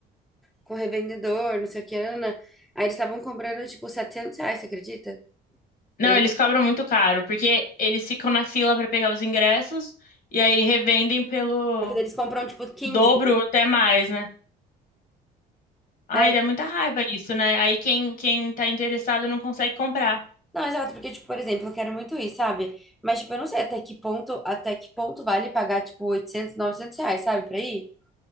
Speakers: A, in the centre; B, on the left.
A: com revendedor, não sei o que, nanana. Aí eles estavam cobrando, tipo, 700 reais, você acredita?
B: Não,
A: Por aí.
B: eles cobram muito caro, porque eles ficam na fila para pegar os ingressos e aí revendem pelo
A: Só que daí eles compram, tipo, quinze
B: dobro ou até mais, né?
A: É.
B: Ai, dá muita raiva isso, né? Aí quem, quem tá interessado não consegue comprar.
A: Não, exato, porque, tipo, por exemplo, eu quero muito ir, sabe? Mas, tipo, eu não sei até que ponto, até que ponto vale pagar, tipo, 800 900 reais, sabe, pra ir?